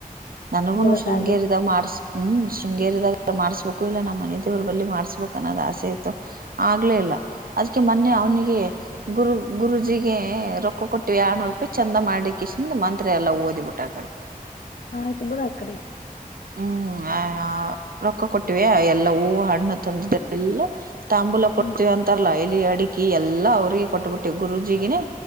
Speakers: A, on the right (about 75°); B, on the left (about 70°).
A: ನನಗುನು
B: ಹೋಗತ್ತ
A: ಶೃಂಗೇರಿದಾಗ
B: ಅಲ್ಲ
A: ಮಾಡ್ಸ ಹ್ಮ್ ಶೃಂಗೇರದಾಗ ಮಾಡ್ಸ್ಬೇಕು ಇಲ್ಲ ನಮ್ಮ ಮನೆ ದೇವ್ರ ಬಳಿ ಮಾಡ್ಸ್ಬೇಕು ಅನ್ನೋ್ ಆಸೆ ಇತ್ತು ಆಗ್ಲೇ ಇಲ್ಲ ಅದಕ್ಕೆ ಮೊನ್ನೆ ಅವ್ನಿಗೆ ಗುರು ಗುರುಜಿಗೆ ರೊಕ್ಕ ಕೊಟ್ಟು ವ ನಪೆ ಚಂದ ಮಾಡಿ ಕೃಷ್ಣ ಒಿಂದ ಮಂತ್ರಿ ಎಲ್ಲ ಓದಿಬಿಟ್ಟ ಆ ಕಡೆ
B: ಆ ಆಯ್ತು ಬಿೂಡ ಅ ಕಡಿ
A: ಹ್ಮ್ ಆ ರೊಕ್ಕ ಕೊಟ್ಟಿವ ಎಲ್ಲಾ ಹೂವು ಹಣ್ಣು ತಂದ ಎಲ್ಲ ತಾಂಬೂಲ ಕೊಡ್ತೀವಿ
B: ಹ್ಮ್
A: ಅಂತಾರಲ್ಲಾ ಇಲಿ ಅಡಿಕೆ ಎಲ್ಲಾ ಅವ್ರಿಗೆ ಕೊಟ್ಬಿಟ್ಟೆ ಗುರೂಜಿಗೇ